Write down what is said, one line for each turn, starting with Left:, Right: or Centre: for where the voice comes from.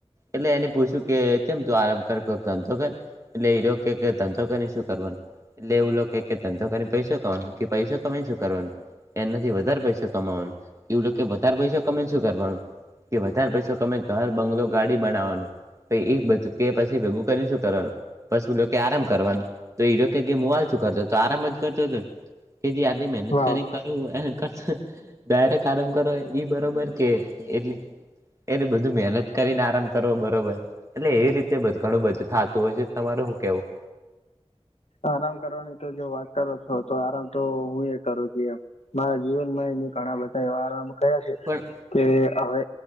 Right: એટલે એને પૂછ્યું કે કેમ તું આરામ કર તંધો કે એટલે એરો કે ધંધો કને શું કરવાનું. એટલે એવું લોકો કે ત તો કરીને પૈસો ક કે પૈસો કમેય શું કરવાનું. એનાથી વધારે પૈસો કમાવાનું એવું લ કે વધારે પૈસા કમે શું કરવાનું. કે વધારે પૈસો કમાય ને ઘર બંગલો ગાડી બનાવવાનો પે એક બધું કે પછી ભેગું કરીને શું કરવાનું બસું કે આરામ કરવાનું તો કે મોવાલ છું કરતો તો આરામ જ કરતો હતો કે જે આટલી મહેનત
Left: વાહ
Right: કરીને
Left: વાહ
Right: કરયુ કે રત આલમ કરો ઈ બરોબર કે એટલી એને બધું મહેનત કરીને આરામ કરવો બરોબર એટલે એવી રીતે ઘણું બધું થાત તો પછી તમારે શું કેવું?
Left: આરામ કરવાની તો જો વાત કરો તો આરામ તો હું એ કરું છું એમ મારા જીવનમાં એને ઘણા બધા એ આરામ કરયા છે.
Right: પણ
Left: કે હવે